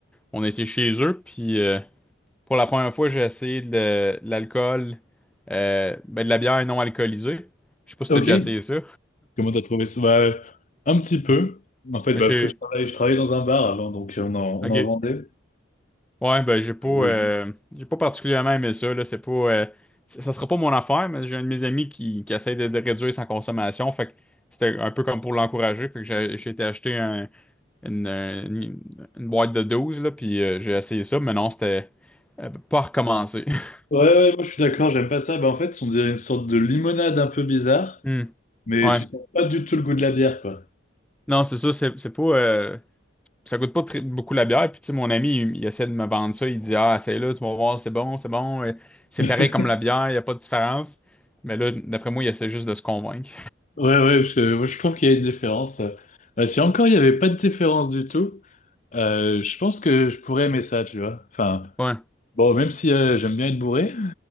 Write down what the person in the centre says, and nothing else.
on a été chez eux, puis euh, pour la première fois, j'ai essayé de, la- de l'alcool, euh, ben, de la bière non alcoolisée. Je sais pas si
t'as déjà essayé ça.
J'ai...
OK.
Ouais, ben j'ai pas
euh,
j'ai pas particulièrement aimé ça, là. C'est pas euh, c- ça sera pas mon affaire, mais j'ai un de mes amis qui, qui essaie de, de réduire sa consommation. Fait que c'était un peu comme pour l'encourager. Fait que j'ai j'ai été acheter un- une, euh, une- une boîte de 12 là, puis euh, j'ai essayé ça, mais non, c'était euh, pas recommencé. <laughs>
Hmm.
Ouais.
Non, c'est ça, c'est c'est pas. euh, ça coûte pas très- beaucoup la bière. Puis, tu sais, mon ami, il, il essaie de me vendre ça. Il dit, ah, c'est là, tu vas voir, c'est bon, c'est bon. Et C'est
pareil comme la bière, il n'y a pas de différence. Mais là, d'après moi, il essaie juste de se convaincre.
Ouais.